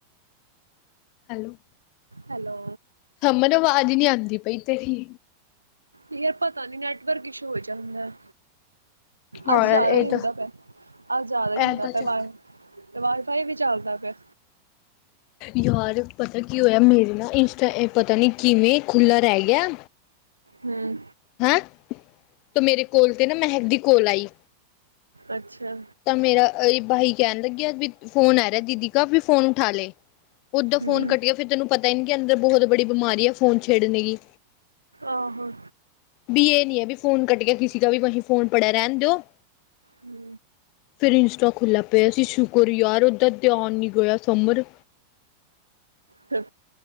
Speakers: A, on the left; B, on the right.
A: ਹੈਲੋ।
B: ਹੈਲੋ।
A: ਸਮਰ ਆਵਾਜ਼ ਨਹੀਂ ਆਉਂਦੀ ਪਈ ਤੇਰੀ।
B: ਯਾਰ ਪਤਾ ਨੀ ਨੈਟਵਰਕ ਇਸ਼ੂ ਹੋਈ ਜਾਂਦਾ।
A: ਹਾਂ
B: ਅੱਜ ਜ਼ਿਆਦਾ
A: ਯਾਰ ਇਹ
B: ਹੀ
A: ਤਾਂ
B: ਹੁੰਦਾ ਪਿਆ, ਅੱਜ ਜ਼ਿਆਦਾ ਹੀ ਹੁੰਦਾ
A: ਇਹ ਤਾਂ
B: ਪਿਆ
A: ਚੱਕ
B: ਅਵਾਜ ਤੇ ਵਾਈਫਾਈ ਵੀ ਚੱਲਦਾ ਪਿਆ।
A: ਯਾਰ ਪਤਾ ਕੀ ਹੋਇਆ ਮੇਰੀ ਨਾ ਇੰਸਟਾ ਪਤਾ ਨਹੀਂ ਕਿਵੇਂ ਖੁੱਲ੍ਹਾ ਰਹਿ ਗਿਆ
B: ਹਮ।
A: ਹੈਂ ਤੇ ਮੇਰੇ ਕੋਲ ਤੇ ਨਾ ਮਹਿਕ ਦੀ ਕੋਲ ਆਈ।
B: ਅੱਛਾ।
A: ਤਾਂ ਮੇਰਾ ਬਾਈ ਕਹਿਣ ਲੱਗਿਆ। ਕੀ ਫੋਨ ਆ ਰਿਹਾ ਦੀਦੀ ਕਾ ਵੀ ਫੋਨ ਉਠਾ ਲੈ। ਉ ਓਦਾਂ ਫੋਨ
B: ਹਮ
A: ਕੱਟ ਗਿਆ ਫਿਰ ਤੈਨੂੰ ਪਤਾ ਹੀ ਇਨ ਕੇ ਅੰਦਰ ਬਹੁਤ ਬੜੀ ਬਿਮਾਰੀ ਆ ਫੋਨ ਛੇੜਨੇ ਕੀ।
B: ਆਹੋ।
A: ਵੀ ਇਹ ਨੀ ਹੈ ਵੀ ਫੋਨ ਕੱਟ ਗਿਆ ਕਿਸੇ ਦਾ ਵੀ ਵਹੀ ਫੋਨ ਪੜਿਆ ਰਹਿਣ ਦਿਓ।
B: ਹਮ।
A: ਫਿਰ ਇੰਸਟਾ ਖੁੱਲਾ ਪਿਆ ਸੀ। ਸ਼ੁਕਰ ਯਾਰ ਉਹਦਰ ਧਿਆਨ ਨੀ ਗਿਆ ਸਮਰ
B: ਫਿਰ